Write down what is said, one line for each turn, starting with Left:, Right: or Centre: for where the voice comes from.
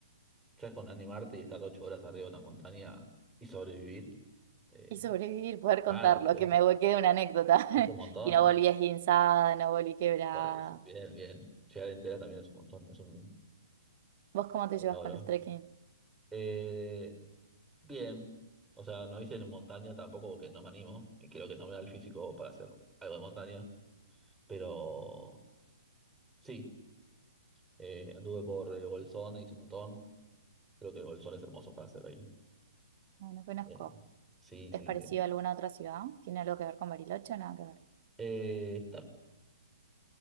Centre: ya con animarte y estar ocho horas arriba de una montaña y sobrevivir, eh,
Right: y sobrevivir, poder
Centre: claro,
Right: contarlo,
Centre: por eso.
Right: que me vo- quede una anécdota <laughs>
Centre: Es un montón.
Right: y no volví esguinzada, no volví quebrada.
Centre: Por eso. Bien, bien. Llegar entera también es un montón. Es un,
Right: ¿Vos cómo
Centre: es
Right: te
Centre: un
Right: llevas
Centre: logro.
Right: con los trekking?
Centre: Eh, bien. O sea, no hice en montaña tampoco porque no me animo y creo que no me da el físico para hacer algo de montaña. Pero sí, eh, anduve por el Bolsón, hice un montón. Creo que el Bolsón es hermoso para hacer ahí.
Right: No, no conozco.
Centre: Eh, sí, sí.
Right: ¿Es parecido a alguna otra ciudad? ¿Tiene algo que ver con Bariloche o nada que ver?
Centre: Eh, está